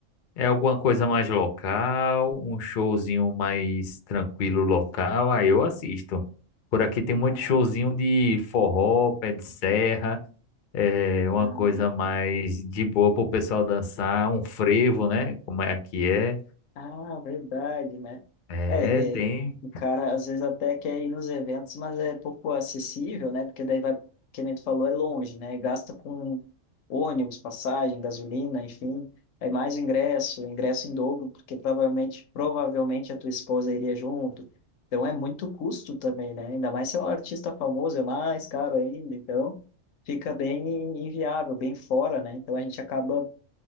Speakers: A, on the left; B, on the left.
A: É alguma coisa mais local, um showzinho mais tranquilo local, aí eu assisto. Por aqui tem muito
B: Ah,
A: showzinho de forró, pé de serra, é uma
B: ah.
A: coisa mais de boa pro pessoal dançar, um frevo, né? Como é que é?
B: Ah, verdade, né?
A: É,
B: É,
A: tem.
B: é, o cara às vezes até quer ir nos eventos, mas é pouco acessível, né? Porque daí vai, que nem tu falou, é longe, né? Gasta com ônibus, passagem, gasolina, enfim. Aí mais ingresso, ingresso em dobro, porque provavelmente, provavelmente a tua esposa iria junto. Então é muito custo também, né? Ainda mais se é um artista famoso, é mais caro ainda. Então fica bem inviável, bem fora, né? Então a gente acaba